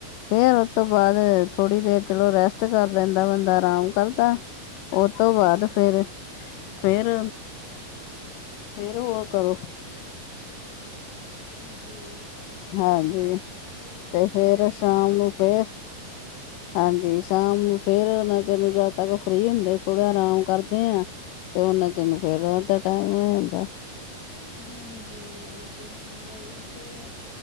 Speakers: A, on the left (about 80°); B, on the left (about 50°).
A: ਫੇਰ ਉਸ ਤੋਂ ਬਾਅਦ ਥੋੜੀ ਦੇਰ ਚਲੋ ਰੈਸਟ ਕਰ ਲੈਂਦਾ ਬੰਦਾ। ਆਰਾਮ ਕਰਦਾ। ਉਹ ਤੋਂ ਬਾਅਦ ਫੇਰ- ਫੇਰ। ਫੇਰ ਉਹ ਕਰੋ।
B: ਹਾਂਜੀ। ਇਹ ਤਾਂ ਹੈ।
A: ਹਾਂਜੀ
B: ਹੁਣ, ਅਸੀਂ ਵੀ ਸੋਚਣ
A: ਤੇ ਫੇਰ
B: ਦੇ
A: ਸ਼ਾਮ
B: ਹਾਂ। ਆ ਕਿ
A: ਨੂੰ ਫੇਰ
B: <inaudible>
A: ਹਾਂਜੀ। ਸ਼ਾਮ ਨੂੰ ਫੇਰ ਨਾ ਉਹਨਾਂ ਚਲ ਜਦ ਤੱਕ ਫਰੀ ਹੁੰਦੇ ਥੋੜਾ ਆਰਾਮ ਕਰਦੇ ਆ। ਤੇ ਉਹਨਾਂ ਚਿਰ ਨੂੰ ਫੇਰ ਰਾਤ ਦਾ ਟਾਈਮ ਹੋ ਜਾਂਦਾ ਹੈ।
B: ਹਾਂਜੀ। ਰੋਟੀ -ਪਾਣੀ ਦਾ ਹੀ ਫੇਰ